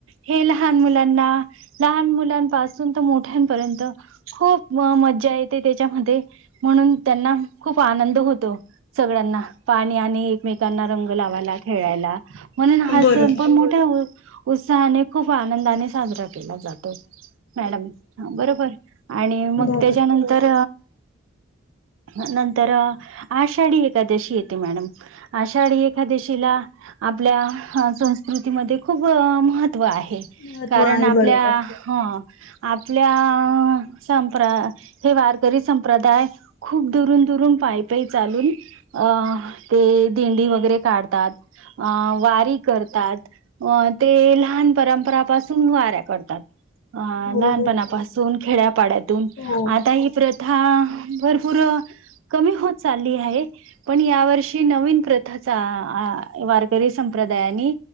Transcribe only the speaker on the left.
बरोबर
बरोबर
महत्त्व
आहे
बरोबर
बरोबर
हो